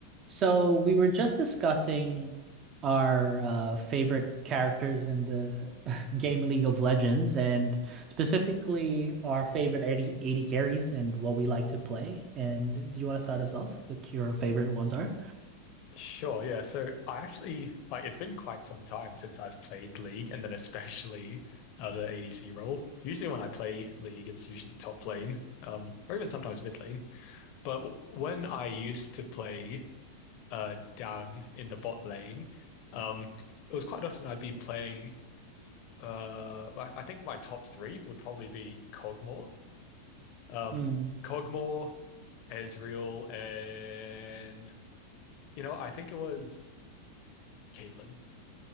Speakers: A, on the right (about 30°); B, on the left (about 45°).
A: So we were just discussing our uh, favorite characters in the <laughs> game League of Legends, and specifically our favorite eighty eighty carries and what we like to play. And do you want to start us off? What your favorite ones are?
B: Sure, yeah. So I actually like it's been quite some time since I've played League and then especially uh, the ADC role. Usually when I play League, it's usually top lane, um, or even sometimes mid lane. But w- when I used to play uh down in the bot lane, um, it was quite often I'd be playing uh I I think my top three would probably be Kog'Maw. Um
A: Hmm.
B: Kog'Maw, Ezreal, and you know, I think it was Caitlyn.